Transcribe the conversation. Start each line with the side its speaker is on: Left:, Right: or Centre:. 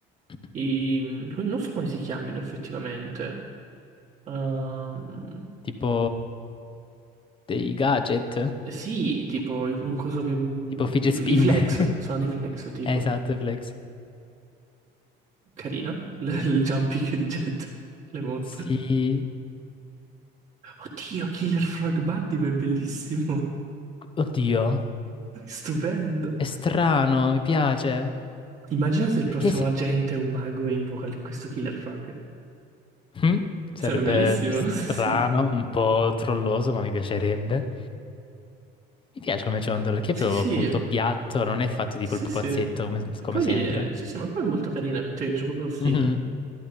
Left: <clears throat>
Right: I... Non so come si chiamino effettivamente. Ehm,
Left: Tipo dei gadget?
Right: Sì, tipo un coso che... mm,
Left: Tipo fidget
Right: I,
Left: spin?
Right: i flex,
Left: <laughs>
Right: sono dei flex, tipo.
Left: Eh, Esatto, flex.
Right: Carino. L-
Left: Eh?
Right: il jumping di Jet. Le monta.
Left: Sì.
Right: Oddio, Killer Frog Buddy, ma è bellissimo.
Left: Oddio.
Right: <laughs> Stupendo.
Left: È strano, mi piace.
Right: Immagina se il prossimo
Left: Perché si-
Right: agente è un mago e invoca il- questo Killer Frog.
Left: Mm? Sarebbe
Right: Sarebbe bellissimo,
Left: strano,
Right: <laughs> sì, sì.
Left: un po' trolloso, ma mi piacerebbe. Mi piace come ciondolo, perché
Right: Sì,
Left: è proprio
Right: sì,
Left: appunto piatto, non è fatto tipo
Right: sì,
Left: il pupazzetto
Right: sì. E
Left: come, come
Right: poi,
Left: sempre.
Right: eh, sì, sì, ma poi è molto carino, cioè mi piace proprio lo stile.
Left: Mhm.